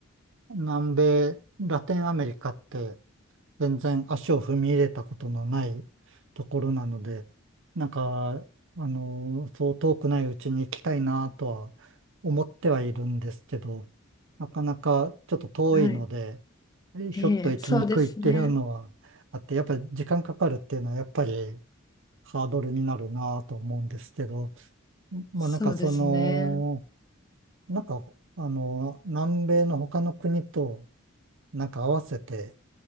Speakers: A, on the right; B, on the left.
A: 南米、ラテンアメリカって全然足を踏み入れたことのないところなので、なんか、あのーそう遠くないうちに行きたいなとは思ってはいるんですけど、なかなかちょっと遠いので、
B: はい。
A: ひょっと行きにくいっていうのはあって、
B: ええ、そうですね。
A: やっぱり時間かかるっていうのはやっぱり、ハードルになるなと思うんですけど、まあなんかその、
B: そうですね。
A: なんかあの、南米の他の国となんか合わせて、